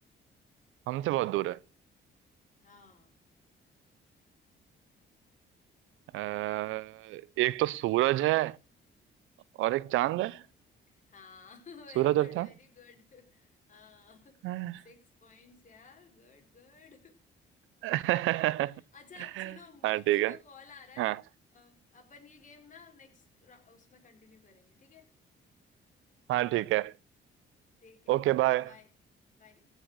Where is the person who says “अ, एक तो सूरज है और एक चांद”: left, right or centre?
Right